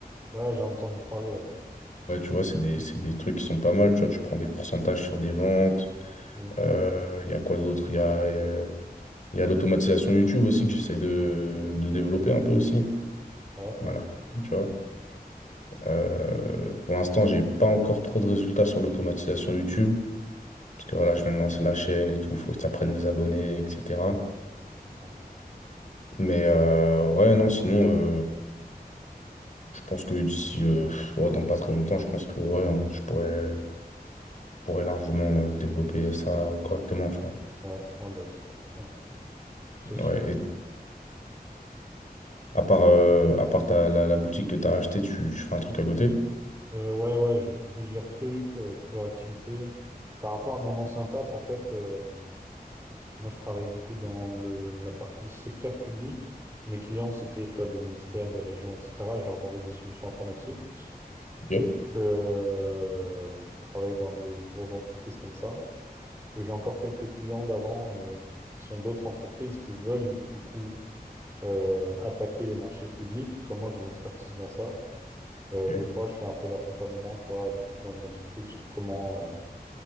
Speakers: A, on the right; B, on the left.
A: Ouais, j'ai entendu parler, ouais.
B: Ouais, tu vois, c'est des, c'est des trucs qui sont pas mal. Tu vois, tu prends des pourcentages sur des ventes.
A: Mm.
B: Euh, Il y a quoi d'autre? Il y a, euh, il y a l'automatisation YouTube aussi que j'essaie de, de développer un peu aussi.
A: Ouais,
B: Voilà. Tu vois. Euh, pour l'instant, j'ai pas encore trop de résultats sur l'automatisation YouTube. Parce que voilà, je viens de lancer la chaîne et tout, faut que ça prenne des abonnés, etc.
A: je comprends.
B: Mais euh, ouais, non, sinon. euh, Je pense que d'ici, euh, oh, dans pas très longtemps, je pense que ouais, on- je pourrais, pourrais largement euh, développer ça correctement, tu vois.
A: Ouais, Ouais, bah, j'espère pour toi. hein. Je te le souhaite.
B: Ouais, et à part, euh, à part ta- la, la boutique que tu as achetée, tu, tu fais un truc à côté?
A: Euh, ouais, ouais, j'ai plusieurs trucs, euh, j'ai plusieurs activités. Par rapport à mon ancien taf, en fait, euh, moi, je travaillais du coup dans le, la partie secteur public. Mes clients, c'était, tu vois, des ministères, des régions, etc. Je leur vendais des solutions informatiques.
B: Ok,
A: Et donc, euh, je travaille dans des grosses entreprises comme ça. Et j'ai encore quelques clients d'avant euh, qui sont d'autres entreprises qui veulent du coup euh, attaquer les marchés publics. Comme moi, j'ai une expertise dans ça. Euh,
B: ok.
A: des fois, je fais un peu d'accompagnement, tu vois, dans les entreprises sur comment, euh,